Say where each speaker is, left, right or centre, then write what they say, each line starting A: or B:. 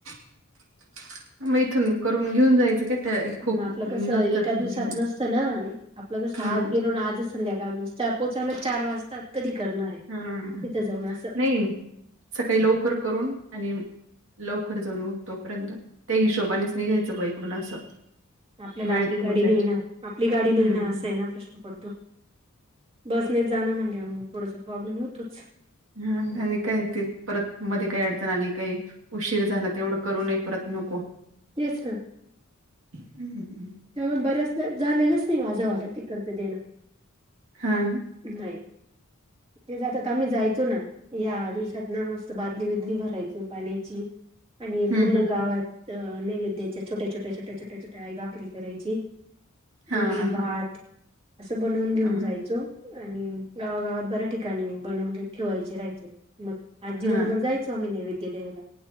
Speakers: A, on the right; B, on the right.
A: छ्या मग इथून करून घेऊन जायचं काय? त्या खूप
B: मा आपलं
A: नसतात
B: कसं ऐका
A: म्हणजे
B: दिवसात नसतं ना आपलं कसं
A: हम्म
B: आज गेलो ना आजच संध्याकाळी चार पोचायला चार वाजताात कधी करणारे
A: हा
B: तिथं जाऊन असं.
A: नाही सकाळी लवकर करून आणि म लवकर जाऊन मग तोपर्यंत त्या हिशोबानेच निघ्यायचं ब इकडून असं.
B: आपल्याला
A: वेळेत
B: आपली
A: पोहोचायच
B: गाडी नाही ना आपली गाडी नाही
A: हम्म
B: ना असं आहे ना प्रश्न पडतो. बस नाही जाण म्हजे मग थोडंस प्रॉब्लेम होतोच.
A: हा आणि काय ते परत मध्ये काही अडचण आली काही. उशीर झाला तेवढं करून ये परत नको.
B: तेच ना.
A: हम् हम.
B: त्यामुळे बर्याच झालेलंच नाही वाजवायला तिकडत देणं.
A: हा्.
B: नाही ते जातात आम्ही जायचो ना या्या दिवसात ना मस्त. बादली बिदली भरायचो पाण्याची आणि
A: हम्म
B: पूर्ण गावात. अ नैवेद्याचे छोटे, छोटे, छोटे, छोटे, छोट्या आई भाकरी करायची.
A: हा
B: ती
A: हा
B: भात
A: हा
B: असं बनवून घेऊन
A: हा
B: जायचो. आणि गावागावात बऱ्या ठिकाणी बनवून ठेवायचे राहायचे मग. आजी
A: हा
B: बरोबर जायचो आम्ही नैवेद्य द्यायला.